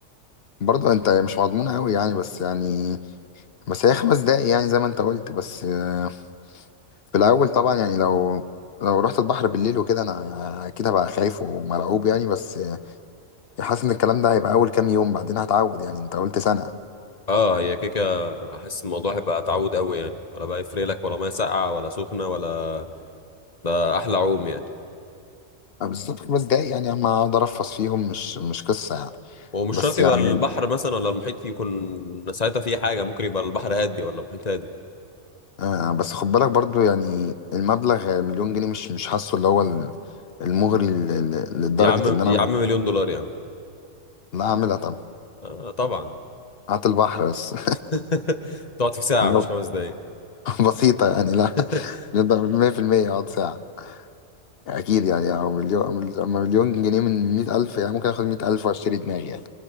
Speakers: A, on the left; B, on the left.
A: برضه انت مش مضمون قوي يعني بس يعني بس هي خمس دقايق يعني زي ما انت قلت بس آه، في الأول طبعا يعني لو لو رحت البحر بالليل وكده انا اكيد هبقى خايف ومرعوب يعني بس آه، حاسس ان الكلام ده هيبقى اول كام يوم بعدين هتعود يعني انت قلت سنة
B: اه هي كيكه احس الموضوع هيبقى تعود قوي يعني ولا بقى يفرق لك ولا ميه ساقعه ولا سخنه ولا ده احلى عوم يعني
A: آه، بالظبط خمس دقايق يعني اما اقعد ارفس فيهم مش مش قصة يعني
B: ومش
A: بس
B: شرط يبقى
A: يعني
B: البحر مثلا ولا المحيط يكون ساعتها فيه حاجه ممكن يبقى البحر هادي ولا المحيط هادي
A: آه بس خد بالك برضو يعني المبلغ مليون جنيه مش مش حاسه اللي هو ال- المغري ل- ل- لدرجة
B: يا عم
A: إن أنا
B: يا عم مليون دولار يا عم
A: لا أعملها طبعا
B: آه طبعا
A: هات البحر بس
B: <laughs> تقعد
A: <laughs>
B: في ساعه
A: لو
B: مش خمس دقايق
A: بسيطة يعني لا
B: <laughs>
A: نقدر 100% أقعد ساعة أكيد يعني أو مليون أما مليون جنيه من 100000 يعني ممكن آخد 100000 وأشتري دماغي يعني